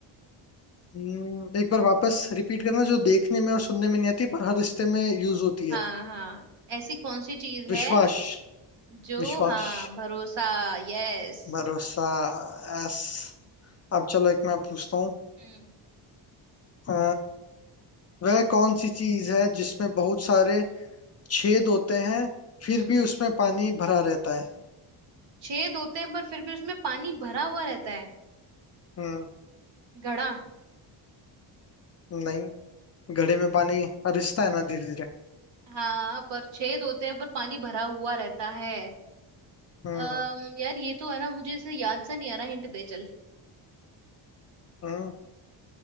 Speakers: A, on the left (about 35°); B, on the right (about 60°).
A: हम्म, एक बार वापस रिपीट करना जो देखने में और सुनने में नहीं आती पर हर रिश्ते में यूज होती है
B: हाँ हाँ ऐसी कौन सी चीज
A: विश्वास
B: है जो
A: विश्वास
B: हाँ भरोसा यस
A: भरोसा एस अब चलो एक मैं पूछता हूँ
B: हम्म
A: अ, वह कौन सी चीज है जिसमें बहुत सारे छेद होते हैं फिर
B: हम्म
A: भी उसमें पानी भरा रहता है
B: छेद होते हैं पर फिर भी उसमें पानी भरा हुआ रहता है
A: हम्म
B: घड़ा
A: नहीं घड़े में पानी रिसता है ना धीरे धीरे
B: हाँ पर छेद होते हैं पर पानी भरा हुआ रहता है
A: हम्म
B: अम यार ये तो है ना मुझे इसे याद सा नहीं आ रहा हिंट दे चल
A: हम्म